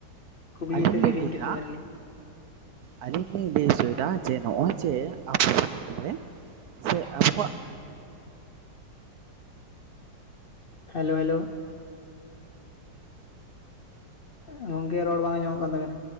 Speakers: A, on the left (about 65°); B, on the right (about 70°).
A: ᱠᱩᱠᱞᱤ
B: ᱟᱹᱞᱤᱧ
A: ᱛᱮᱫ
B: ᱞᱤᱧ
A: ᱦᱤᱲᱤᱧ
B: ᱞᱟᱹᱭ
A: ᱠᱮᱫ
B: ᱮᱫᱟ
A: ᱛᱟᱵᱮ ᱱᱟᱞᱤᱧ
B: ᱟᱹᱞᱤᱧ ᱞᱤᱧ ᱞᱮᱭ ᱦᱚᱪᱚᱭᱮᱫᱟ ᱡᱮ ᱱᱚᱜᱼᱚᱭ ᱡᱮ ᱟᱵᱳ ᱥᱚᱢᱟᱡᱽ ᱨᱮᱼᱼ ᱥᱮ ᱟᱠᱚᱣᱟᱜᱼᱼ
A: ᱦᱮᱞᱳ ᱦᱮᱞᱳ? ᱜᱚᱝᱠᱮ ᱨᱚᱲ ᱵᱟᱝ ᱟᱸᱡᱚᱢᱚᱜ ᱠᱟᱱ ᱛᱟᱵᱮᱱᱟ?